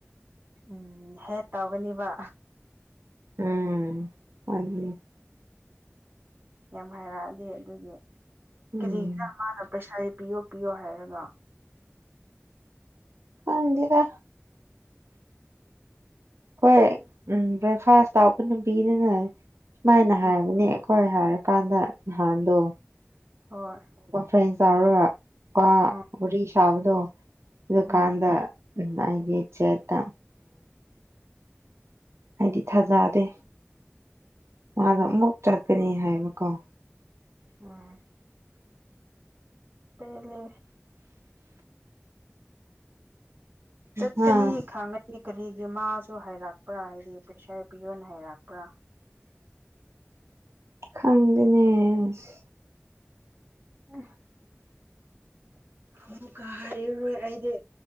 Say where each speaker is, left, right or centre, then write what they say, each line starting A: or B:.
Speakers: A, on the right; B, on the right.
A: ꯎꯝ ꯍꯦꯛ ꯇꯧꯒꯅꯤꯕ
B: ꯎꯝ ꯑꯗꯨꯅꯤ
A: ꯌꯥꯝ ꯍꯥꯏꯔꯛꯑꯗꯤ ꯑꯗꯨꯒꯤ
B: ꯎꯝ
A: ꯀꯔꯤꯒꯤꯔꯥ ꯃꯥꯅ ꯄꯩꯁꯥꯗꯤ ꯄꯤꯌꯣ ꯄꯤꯌꯣ ꯍꯥꯏꯔꯒ
B: ꯈꯪꯗꯦꯗꯥ ꯍꯣꯏ ꯎꯝ ꯕ꯭ꯔꯦꯛꯐꯥꯁ ꯇꯥꯕ ꯅꯨꯄꯤꯗꯨꯅ ꯁꯨꯃꯥꯏꯅ
A: ꯎꯝ
B: ꯍꯥꯏꯕꯅꯦ ꯍꯣꯏ ꯍꯥꯏꯔꯀꯥꯟꯗ ꯅꯍꯥꯟꯗꯣ
A: ꯍꯣꯏ
B: ꯐ꯭ꯔꯦꯟ ꯆꯥꯎꯔꯨꯔ ꯑꯥ
A: ꯎꯝ
B: ꯋꯥꯔꯤ ꯁꯥꯕꯗꯣ ꯑꯗꯨꯀꯥꯟꯗ
A: ꯎꯝ
B: <unintelligible> ꯆꯦꯇꯇꯥ ꯑꯩꯗꯤ ꯊꯥꯖꯗꯦ ꯃꯥꯗꯣ ꯑꯃꯨꯛ ꯆꯠꯀꯅꯤ ꯍꯥꯏꯕꯀꯣ
A: ꯎꯝ ꯄꯦꯜꯂꯦ ꯆꯠꯀꯅꯤ
B: ꯑꯥ
A: ꯈꯥꯡꯒꯗꯤ ꯀꯔꯤꯒꯤ ꯃꯥꯁꯨ ꯍꯥꯏꯔꯛꯄ꯭ꯔꯥ ꯍꯥꯏꯗꯤ ꯄꯩꯁꯥ ꯄꯤꯌꯣꯅ ꯍꯥꯏꯔꯛꯄ꯭ꯔꯥ
B: ꯈꯪꯗꯅꯦ ꯑꯁ
A: ꯎꯝ ꯑꯃꯨꯛꯀꯥ ꯍꯥꯏꯔꯔꯣꯏ ꯑꯩꯗꯤ